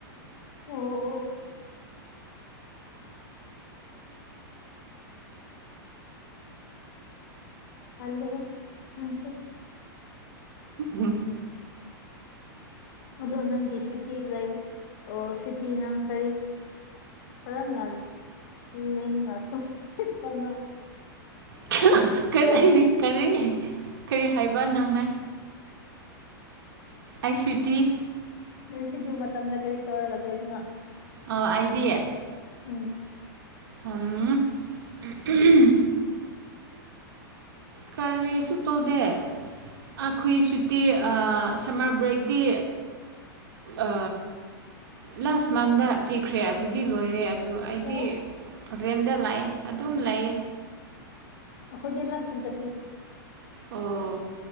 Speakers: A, on the left; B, on the right.
A: ꯑꯣ ꯑꯣ ꯇꯜꯂꯦꯍꯦ ꯅꯪꯁꯦ
B: ꯎꯝ
A: ꯑꯗꯣ ꯅꯪꯗꯤ ꯁꯨꯇꯤ ꯂꯥꯏ ꯑꯣ ꯁꯨꯇꯤ ꯅꯪ ꯀꯔꯤ ꯀꯔꯝꯅ ꯂꯤꯡꯉ ꯇꯣ <unintelligible> ꯄꯅꯣ
B: <unintelligible> ꯀꯔꯤ ꯀꯔꯤ ꯀꯔꯤ ꯍꯥꯏꯕ ꯅꯪꯅ ꯑꯩꯁꯨꯇꯤ
A: ꯅꯣꯢ ꯁꯤꯗꯤ ꯃꯇꯝꯗ ꯀꯔꯤ ꯇꯧꯔꯒ ꯂꯩꯕꯅꯣ
B: ꯑ ꯑꯥꯢꯗꯤ
A: ꯎꯝ
B: ꯎꯝ
A: <inaudible>
B: ꯎꯝꯍꯨꯝ ꯀꯔꯤꯁꯨ ꯇꯧꯗꯦ ꯑꯈꯨꯏ
A: ꯎꯝ
B: ꯁꯨꯇꯤ ꯑ ꯁꯝꯃꯔ ꯕ꯭ꯔꯦꯛꯇꯤ ꯑ ꯂꯥꯁ ꯃꯟꯗ ꯄꯤꯈ꯭ꯔꯦ ꯑꯗꯨꯗꯤ ꯂꯣꯏꯔꯦ ꯑꯩꯗꯤ
A: ꯑꯣ
B: ꯔꯦꯟꯗ ꯂꯥꯛꯑꯦ ꯑꯗꯨꯝ ꯂꯩ
A: ꯑꯈꯣꯈꯗꯤ ꯂꯁꯋꯤꯛꯇ
B: ꯑꯣ